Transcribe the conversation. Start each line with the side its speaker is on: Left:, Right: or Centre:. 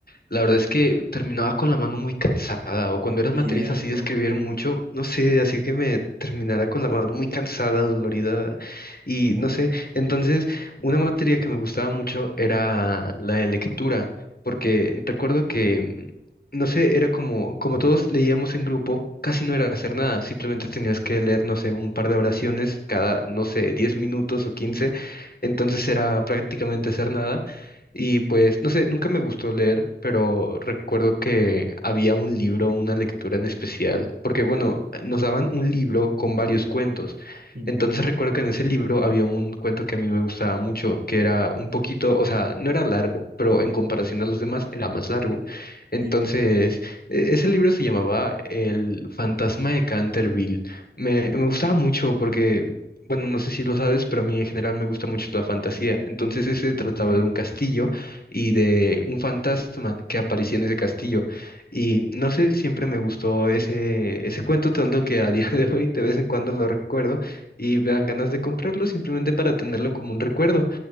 Left: La verdad es que terminaba con la mano muy cansada, o cuando eran
Right: Cierto.
Left: materias así de escribir mucho, no sé, así que me terminara con la mano muy cansada, dolorida, y no sé. Entonces, una materia que me gustaba mucho era la de lectura, porque recuerdo que, mm, no sé, era como, como todos leíamos en grupo, casi no era hacer nada, simplemente tenías que leer, no sé, un par de oraciones cada, no sé, diez minutos o quince entonces era prácticamente hacer nada. Y pues, no sé, nunca me gustó leer, pero recuerdo que había un libro, una lectura en especial, porque bueno, nos daban un libro con varios cuentos.
Right: Ujú,
Left: Entonces recuerdo que en ese libro había un cuento que a mí me gustaba mucho, que era un poquito, o sea, no era largo, pero en comparación a los demás era más largo. Entonces,
Right: Sí,
Left: e- ese libro se llamaba El fantasma de Canterville. Me, me gustaba mucho porque bueno, no sé si lo sabes, pero a mí en general me gusta mucho la fantasía. Entonces ese
Right: ok.
Left: trataba de un castillo y de un fantasma que aparecía en ese castillo. Y no sé, siempre me gustó ese, ese cuento, tanto que a día de hoy de vez en cuando lo recuerdo y me dan ganas de comprarlo simplemente para tenerlo como un recuerdo.